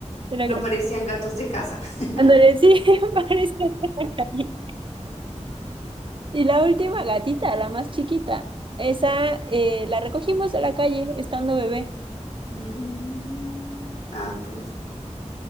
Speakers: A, on the right; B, on the left.
A: Era
B: No
A: gra-
B: parecían gatos de casa. <laughs>
A: Ándale, sí, <laughs> parecía de la calle. Y la última gatita, la más chiquita, esa eh, la recogimos de la calle estando bebé.
B: Mm, ah, pues.